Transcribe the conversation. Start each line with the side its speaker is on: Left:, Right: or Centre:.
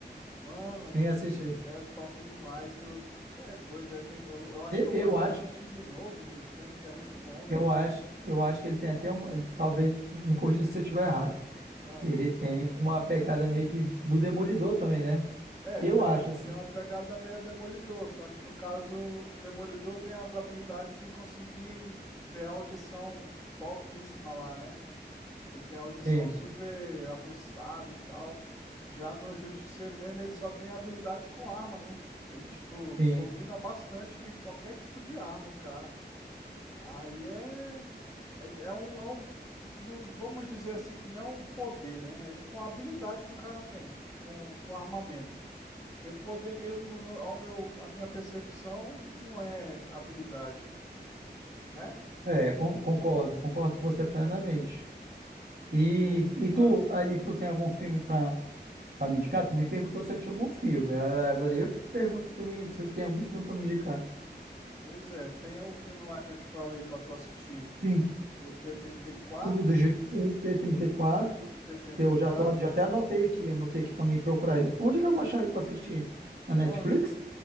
Left: Mano,
Right: Sim, assiste aí.
Left: é top demais. Tu, tu é doido. é, tem- eu, eu acho
Right: Eu,
Left: que eu
Right: eu
Left: vou até
Right: acho
Left: assistir de novo aquele filme, que é muito bom, velho.
Right: Eu acho, eu acho que ele tem até uma. Talvez me corrija se eu estiver errado.
Left: Ah,
Right: Ele tem uma pegada meio que do Demolidor também, né?
Left: é,
Right: Eu
Left: tem
Right: acho,
Left: uma,
Right: assim.
Left: tem uma pegada meio Demolidor, só que no caso, o Demolidor tem as habilidades de conseguir ter a audição topíssima lá, né? Ele tem a audição
Right: Sim,
Left: super aguçada e tal. Já no Justiceiro mesmo, ele só tem habilidade com arma, né? Ele, tipo,
Right: sim.
Left: domina bastante qualquer tipo de arma, o cara. Aí é. É, é um, é um, não vamos dizer assim que não é um poder, né? É tipo uma habilidade que o cara tem com, com armamento. Porque poder mesmo, não- ao meu, à minha percepção, não é habilidade, né?
Right: É, con- concordo, concordo com você plenamente.
Left: E
Right: E,
Left: vou,
Right: e tu,
Left: ah,
Right: aí tu tem algum filme pra, pra me indicar? Tu me perguntou se eu tinha algum filme. Ah, Agora eu que te pergunto se tu, me, se tu tem algum filme pra me indicar.
Left: pois é, tem o filme lá que eu te falei pra tu assistir,
Right: Sim,
Left: o T-34,
Right: o
Left: trinta e
Right: do Ju-
Left: quatro.
Right: o T-34,
Left: o t trinta
Right: que eu
Left: e quatro
Right: já tô, já até anotei aqui, anotei aqui pra mim procurar ele. Onde que eu vou achar ele pra assistir? Na Netflix?
Left: Mano,